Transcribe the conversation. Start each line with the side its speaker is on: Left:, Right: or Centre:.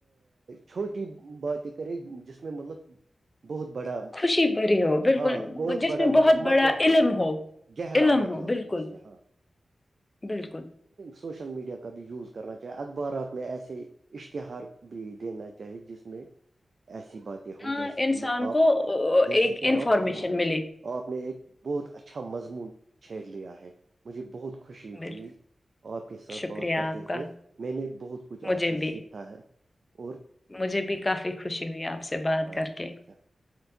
Right: چھوٹی باتیں کرے جس میں مطلب بہت بڑا
Left: خوشی بڑی ہو بالکل
Right: ہاں بہت
Left: جس
Right: بڑا
Left: میں
Right: مطلب
Left: بہت بڑا
Right: مطلب
Left: علم ہو
Right: گہرا
Left: علم
Right: مطلب
Left: ہو بالکل
Right: اس میں ہاں
Left: بالکل
Right: سوشل میڈیا کا بھی یوز کرنا چاہے اخبارات میں ایسے اشتہار بھی دینا چاہیے جس میں ایسی بات ہو
Left: ہاں
Right: جیسے
Left: انسان
Right: کہ آپ
Left: کو
Right: جیسے
Left: ایک
Right: کہ
Left: انفارمیشن
Right: آپ پر م رہے
Left: ملے
Right: ہو اور آپ نے ایک بہت اچھا مضمون چھیڑ لیا ہے مجھے بہت خوشی
Left: بالکل،
Right: ہوئی آپ کے ساتھ
Left: شکریہ
Right: بات کرتے
Left: آپ
Right: ہوئے
Left: کا
Right: میں نے بہت کچھ
Left: مجھے
Right: آپ سے
Left: بھی
Right: سیکھا ہے اور
Left: مجھے بھی کافی خوشی ہوئی آپ سے بات
Right: اچھا
Left: کر کے
Right: اچھا